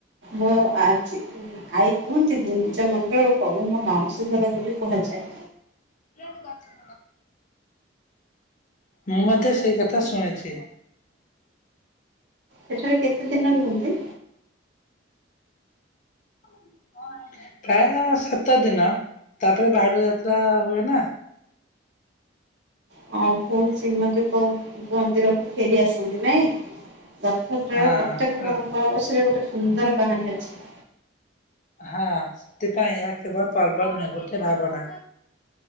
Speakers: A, on the right; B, on the left.
A: ମୋ ଆଜି ଆଈ କୁହନ୍ତି ଗୁଣ୍ଡିଚା ମନ୍ଦିର ପ୍ରଭୁଙ୍କ ମାଉସୀ ଘର ବୋଲି କୁହାଯାଏ।
B: ଲଡ଼ୁ ଗାଛ। ମୁଁ ମଧ୍ୟେ ସେଇ କଥା ଶୁଣିଛି।
A: ସେଠାରେ କେତେ ଦିନ ରୁହନ୍ତି?
B: <inaudible> ପ୍ରାୟ ସାତ ଦିନ ତାପରେ ବାହୁଡା଼ ଯାତ୍ରା ହୁଏ ନାଁ।
A: ହଉ ପୁଣି ଶ୍ରୀମନ୍ଦି ମନ୍ଦିରକୁ ଫେରି ଆସନ୍ତି ନାଇଁ। ରଥଯାତ୍ରାର
B: ହଁ
A: ପ୍ରତ୍ୟେକ
B: ରଥ
A: ପରମ୍ପରା ପଛରେ ଗୋଟେ ସୁନ୍ଦର କାହାଣୀ ଅଛି।
B: ହଁ ସେଥିପାଇଁ ଏହା କେବଳ ପର୍ବ ନୁହେଁ ଗୋଟେ ଭାବନା